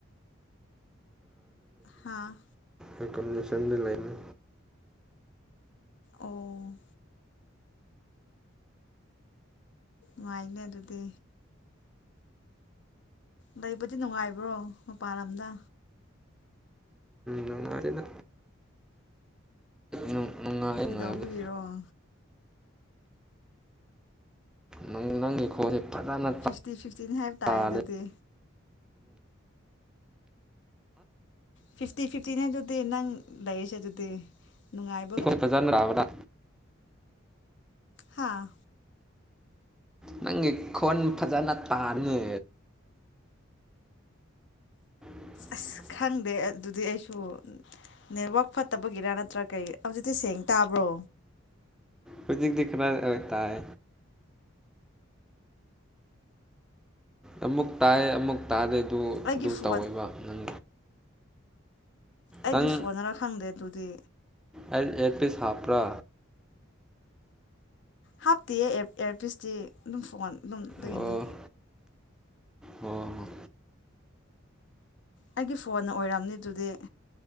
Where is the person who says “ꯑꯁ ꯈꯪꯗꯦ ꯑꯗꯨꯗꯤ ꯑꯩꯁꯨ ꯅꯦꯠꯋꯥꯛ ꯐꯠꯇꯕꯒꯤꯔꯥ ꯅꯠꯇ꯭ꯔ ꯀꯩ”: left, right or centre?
Left